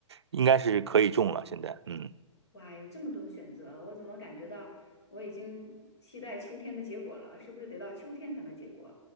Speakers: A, on the right (about 60°); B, on the left (about 60°).
A: 应该是可以种了。现在，嗯。
B: 哇，有这么多的选择，我怎么感觉到我已经期待秋天的结果了？是不是得到秋天才能结果？